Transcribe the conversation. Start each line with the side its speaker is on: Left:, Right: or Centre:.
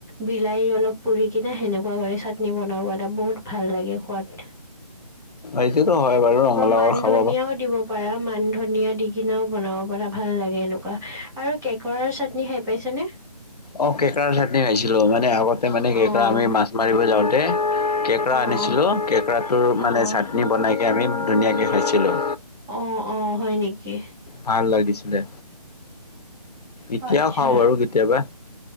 Centre: বিলাহী অলপ পুৰি কিনে সেনেকুৱা চাটনি বনাও পাৰা বহুত- ভাল লাগে সোৱাত।
Left: এইটোতো হয় বাৰু ৰঙালাউ
Centre: মান
Left: খাব-
Centre: ধনিয়াও দিব পাৰা মান ধনিয়া দি কিনেও বনাব পাৰা ভাল লাগে এনেকুৱা আৰু- কেকৰাৰ চাটনি খাই পাইছানে?
Left: অঁ কেকৰা চাটনি খাইছিলো। মানে আগতে মানে কেকৰা
Centre: অঁ
Left: আমি মাছ মাৰিব যাওঁতে কে- কেৰা
Centre: অঁ
Left: আনিছিলোঁ কেকৰাটোৰ মানে
Centre: অঁ
Left: চাটনি বনাইকে আমি ধুনীয়াকৈ খাইছিলোঁ।
Centre: অঁ অঁ হয় নিকি?
Left: ভাল লাগিছিলে এতিয়াও
Centre: আচ্ছা
Left: খাওঁ বাৰু কেতিয়াবা।